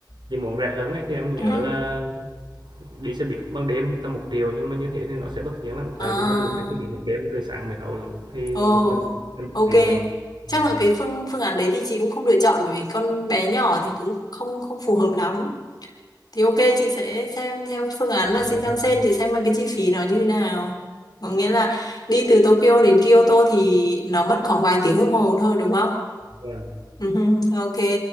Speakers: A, on the right (about 80°); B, on the left (about 60°).
A: chị muốn rẻ hơn ấy, thì em nhớ
B: Ừ, hừ.
A: là đi xe buýt ban đêm tầm một triệu nhưng mà như thế thì nó sẽ bất tiện lắm
B: À.
A: tại vì mình ngủ trên xe buýt một đêm từ sáng mới thấu lận thì
B: Ồ,
A: một người một, một
B: ok.
A: triệu ạ
B: Chắc
A: Vâng.
B: là cái phương phương án đấy thì chị cũng không lựa chọn bởi vì con bé nhỏ thì cũng không không phù hợp lắm. Thì ok chị sẽ xem theo phương án là
A: Dạ
B: Shinkansen
A: vâng.
B: chị xem là cái chi phí nó như thế nào. Có nghĩa là đi từ Tokyo đến Kyoto thì nó mất khoảng vài tiếng đồng hồ thôi đúng không?
A: Vâng,
B: Ừ, ok.